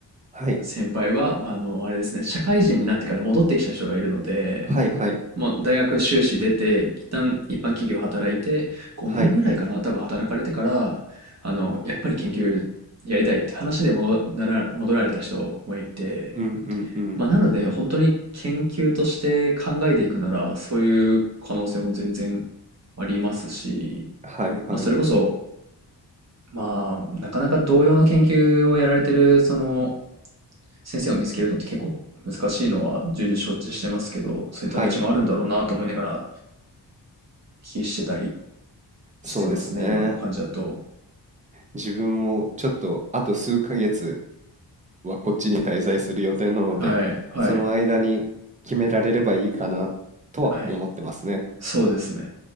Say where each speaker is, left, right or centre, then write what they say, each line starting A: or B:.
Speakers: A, on the right (about 20°); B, on the right (about 40°).
A: はい、
B: 先輩は、ま、ああの、あれですね、社会人になってから戻ってきた人がいるので
A: はいはい、
B: もう大学修士出て、一旦一般企業働いて、5年ぐらいかな、
A: はい、
B: 多分働かれてから、あの、やっぱり研究やりたいって話で戻なら、戻られた人もいて、
A: うんうんうん、
B: まあ、なので、本当に研究として考えていくなら、そういう可能性も全然ありますし、
A: はいはい、
B: まあ、それこそ、まあ、なかなか同様の研究をやられてる、その、先生を見つけるのって結構難しいのは重々承知してますけど、そういった道もあるんだろうなと思いながら
A: はい、
B: お聞きしてたりしてますね、
A: そうですね。
B: 今の感じだと。
A: 自分もちょっとあと数ヶ月はこっちに滞在する予定なので、
B: はい、はい、
A: その間に決められればいいかなとは思ってますね。
B: はい。そうですね。